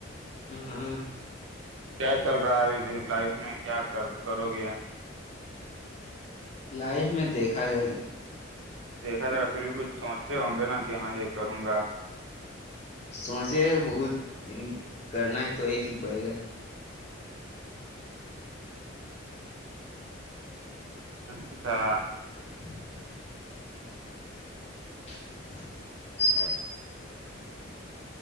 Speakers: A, on the left; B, on the right.
A: ہاں
B: کیا چل رہا ہے ابھی جی لائف میں کیا کر کرو گے
A: لائف میں دیکھا جائے
B: دیکھا جائے رہا پھر بھی کچھ سوچے ہوں گے نا کہ ہاں یہ کروں گا
A: سوچے بہت لیکن کرنا ہے تو ایک ہی پڑے گانا
B: اچھا
A: <inaudible> <inaudible>